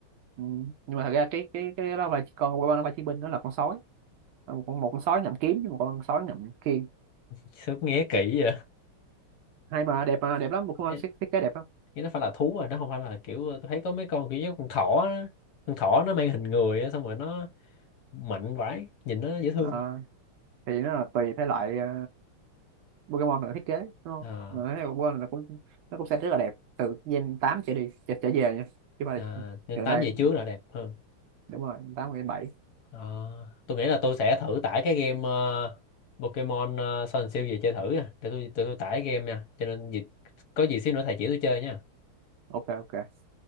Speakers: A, on the right; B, on the left.
A: ừ. nhưng mà thật ra cái cái cái đó là chỉ- con Pokemon đó là chiến binh nó là con sói Ờ, một con một con sói ngậm kiếm với một con sói ngậm khiên
B: sớm nghe kỹ vậy
A: hay mà đẹp mà đẹp lắm một con
B: Ê,
A: thiết thiết kế đẹp lắm
B: cái nó phải là thú rồi nó không phải là kiểu ờ, tôi thấy có mấy con kiểu như con thỏ á. con thỏ nó mang hình người á, xong rồi nó mạnh vãi nhìn nó dễ thương
A: Ờ, thì nó là tùy thể loại ờ, Pokemon là thiết kế đúng không
B: à,
A: mà thấy Pokemon là cũng nó cũng sẽ rất là đẹp từ gen 8 trở đi trở, trở về nha chứ mà
B: à, nên
A: gần
B: tám
A: đây
B: về trước là đẹp hơn
A: đúng rồi tám gen 7.
B: à, tôi nghĩ là tôi sẽ thử tải cái game ờ, Pokemon uh, Sun Shield về chơi thử nha để tôi, tôi, tôi tải game nha cho nên dịp có gì xíu nữa thầy chỉ tôi chơi nha
A: ok ok